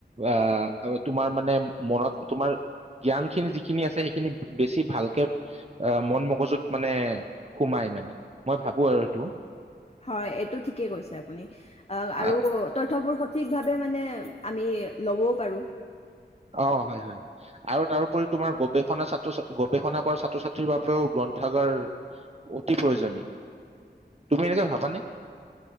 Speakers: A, on the right; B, on the left.
A: আহ, তোমাৰ মানে মনত তোমাৰ জ্ঞান খিনি, যিখিনি আছে সেইখিনি বেছি ভালকে আহ মন মগজুত মানে সোমাই মানে। মই ভাবো আৰু এইটো
B: হয়, এইটো ঠিকেই কৈছে আপুনি আহ, আৰু
A: আ-
B: তথ্যবোৰ সঠিক ভাৱ মানে আমি ল'বও পাৰো।
A: অ, হয়-হয় আৰু তাৰোপৰি তোমাৰ গৱেষণা ছাত্ৰ- ছাত্ৰী গৱেষণা কৰা ছাত্ৰ ছাত্ৰীৰ বাবেও গ্ৰন্থাগাৰ অতি প্ৰয়োজনীয়, তুমি এনেকে ভাবানে?